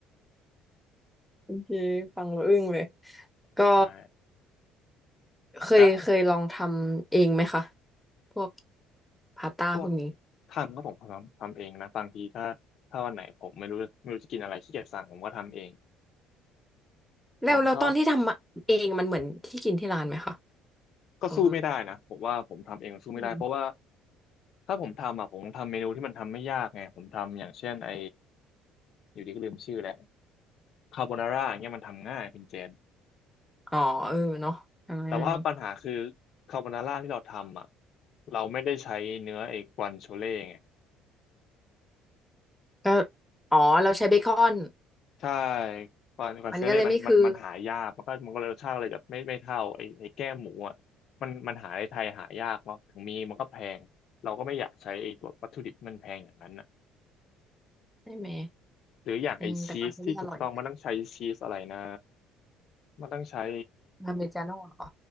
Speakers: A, in the centre; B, on the left.
A: โอเคฟังแล้วอึ้งเลยก็
B: ใช่
A: เคยเคยลองทำเองไหมคะ
B: แต่
A: พวกพาสต้าพวกนี้
B: พวกทำก็ผมทำทำเองนะบางทีถ้าถ้าวันไหนผมไม่รู้ไม่รู้จะกินอะไรขี้เกียจสั่งผมก็ทำเอง
A: แล้วแล้วตอนที่ทำเองมันเหมือนที่กินที่ร้านไหมคะ
B: ผมชอบ ก็สู้ไม่ได้นะผมว่าผมทำเองสู้ไม่ได้เพราะว่า
A: อ๋อ อืม
B: ถ้าผมทำอ่ะผมทำเมนูที่มันทำไม่ยากไงผมทำอย่างเช่นไออยู่ดีก็ลืมชื่อแล้วคาโบนาร่าอย่างเงี้ยมันทำง่ายคุณเจน
A: อ๋อเออเนาะทำง่าย
B: แต่ว่าปัญหาคือคาโบนาร่าที่เราทำอ่ะเราไม่ได้ใช้เนื้อไอ้กวานโชเล่ไง
A: ก็อ๋อเราใช้เบคอน
B: ใช่กวานกวานโชเล่มันมันมันหายากมันก็มันก็เลยรสชาติเลยแบไม่ไม่เท่าไอ้ไอ้แก้มหมูอ่ะมันมันหาในไทยหายากเนาะถึงมีมันก็แพงเราก็ไม่อยากใช้ไอ้ตัววัตถุดิบที่มันแพงอย่างนั้น
A: มันก็เลยไม่คือใช่ไหม
B: หรืออย่างไอชีสที่ถูกต้องมันต้องใช้ชีสอะไรนะ
A: อืมแต่ก็ใช้ได้อร่อย
B: มันต้องใช้
A: อเมริกาโน่เหรอ